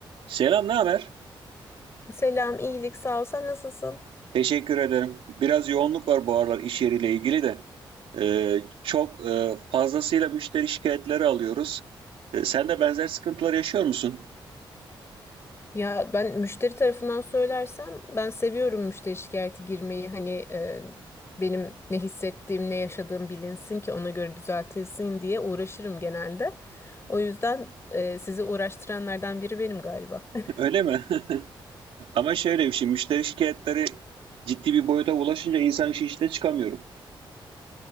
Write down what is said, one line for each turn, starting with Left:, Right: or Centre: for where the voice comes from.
Right: Selam, ne haber?
Left: Selam, iyilik, sağ ol. Sen nasılsın?
Right: Teşekkür ederim. Biraz yoğunluk var bu aralar iş yeriyle ilgili de. Ee, çok e, fazlasıyla müşteri şikayetleri alıyoruz. Ee, sen de benzer sıkıntılar yaşıyor musun?
Left: Ya ben müşteri tarafından söylersem ben seviyorum müşteri şikayeti girmeyi. Hani e, benim ne hissettiğim, ne yaşadığım bilinsin ki ona göre düzeltilsin diye uğraşırım genelde. O yüzden e, sizi uğraştıranlardan biri benim galiba. <laughs>
Right: Öyle mi? <laughs> Ama şöyle bir şey, müşteri şikayetleri ciddi bir boyuta ulaşınca insan işin içine çıkamıyor.